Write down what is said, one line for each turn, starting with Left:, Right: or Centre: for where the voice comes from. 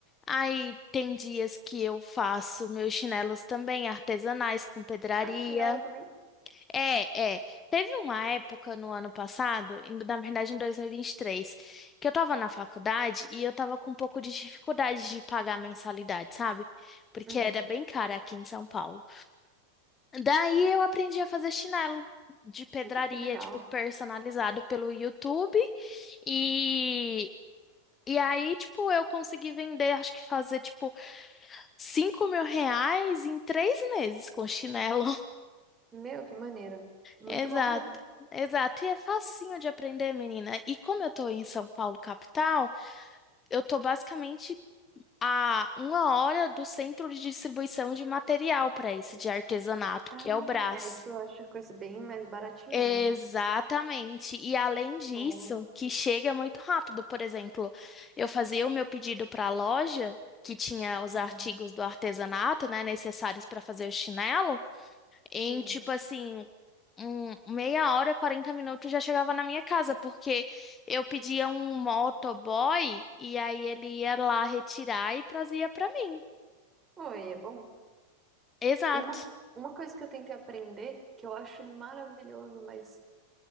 Left: Aí tem dias que eu faço meus chinelos também artesanais com pedraria.
Right: Ah, chinelo também?
Left: É, é. Teve uma época no ano passado, em- na verdade em 2023, que eu tava na faculdade e eu tava com um pouco de dificuldade de pagar a mensalidade, sabe? Porque
Right: Uhum,
Left: era bem cara aqui em São Paulo. Daí eu aprendi a fazer chinelo de pedraria,
Right: que legal.
Left: tipo, personalizado pelo YouTube. E, e aí, tipo, eu consegui vender, acho que fazer, tipo, 5 mil reais em três meses com chinelo. <laughs>
Right: Meu, que maneiro. Muito
Left: Exato.
Right: bom mesmo.
Left: Exato, e é facinho de aprender, menina. E como eu tô em São Paulo, capital, eu tô basicamente a uma hora do centro de distribuição de material para isso, de artesanato,
Right: Ah,
Left: que é o Brás.
Right: aí tu acha coisa bem mais baratinha,
Left: Exatamente.
Right: né?
Left: E além disso,
Right: Boa.
Left: que chega muito rápido. Por exemplo, eu fazia o meu pedido para a loja, que tinha os
Right: Uhum.
Left: artigos do artesanato, né, necessários para fazer o chinelo, em
Right: Sim.
Left: tipo assim, um- meia hora, 40 minutos já chegava na minha casa, porque eu pedia um motoboy e aí ele ia lá retirar e trazia para mim.
Right: Oi, é bom.
Left: Exato.
Right: Uma, uma coisa que eu tentei aprender, que eu acho maravilhoso, mas